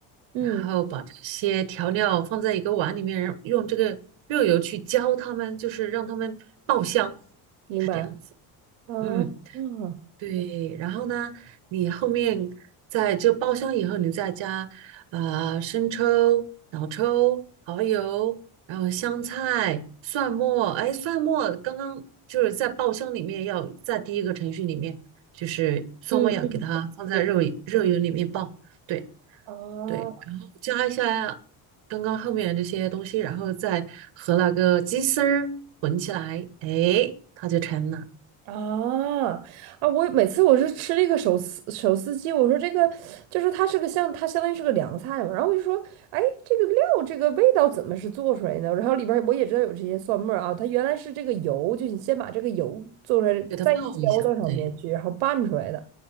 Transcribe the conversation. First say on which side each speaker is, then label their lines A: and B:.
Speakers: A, on the right; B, on the right.
A: 嗯，
B: 然后把这些调料放在一个碗里面，然后用这个热油去浇它们，就是让它们爆香，
A: 明白
B: 是这样子。
A: 啊啊嗯
B: 嗯。对，然后呢，你后面在这爆香以后，你再加啊、生抽、老抽、蚝油，然后香菜、蒜末。哎，蒜末刚刚就是在爆香里面要在第一个程序里面，就是蒜末要给它放在肉肉油里面爆。
A: 嗯。明白
B: 对
A: 啊
B: 对，然后加一下刚刚后面这些东西，然后再和那个鸡丝儿混起来，哎，它就成了，
A: 啊啊！我每次我是吃这个手撕手撕鸡，我说这个就是它是个像它相当于是个凉菜嘛，然后我就说，哎，这个料这个味道怎么是做出来的？然后里边儿我也知道有这些蒜末儿啊，它原来是这个油，就你先把这个油做出来，
B: 给它爆一下。
A: 再浇到上面去，
B: 对。
A: 然后拌出来的